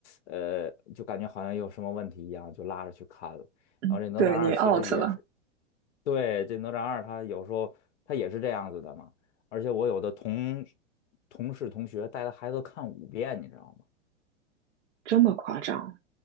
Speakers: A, on the left; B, on the right.
A: 呃，就感觉好像有什么问题一样，就拉着去看了。
B: 嗯，
A: 然后这哪吒二其实也是，
B: 对你 out 了，
A: 对，这哪吒二他有时候他也是这样子的嘛。而且我有的同同事同学带着孩子看五遍，你知道吗？
B: 这么夸张。